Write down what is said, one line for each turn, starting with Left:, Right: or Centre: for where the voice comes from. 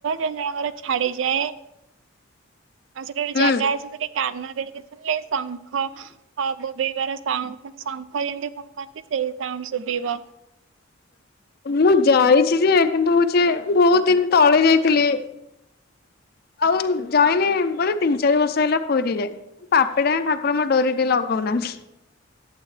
Right: ଜଣ ଜଣଙ୍କର ଛାଡିଯାଏ। ସେଠୀ ଗୋଟେ
Left: ହୁଁ।
Right: ଜାଗା ଅଛି ସେଠି କାନ ଦେଇକି ଶୁଣିଲେ ଶଙ୍ଖ ବୋବେଇବାର ଶଙ୍ଖ ଯେମିତି ଫୁଙ୍କନ୍ତି ସେଇ ସାଉଣ୍ଡ ଶୁଭିବ।
Left: ମୁଁ ଯାଇଛି ଯେ କିନ୍ତୁ ହଉଛି ବହୁତ ଦିନ ତଳେ ଯାଇଥିଲି।
Right: <inaudible>
Left: ଆଉ ଜାଇନି ବୋଧେ ତିନି ଚାରି ବର୍ଷ ହେଲା ପୁରୀରେ ଯାଏ ଠାକୁର ମୋ ଡୋରି ଟିକେ ଲ ହଉନାହନ୍ତି।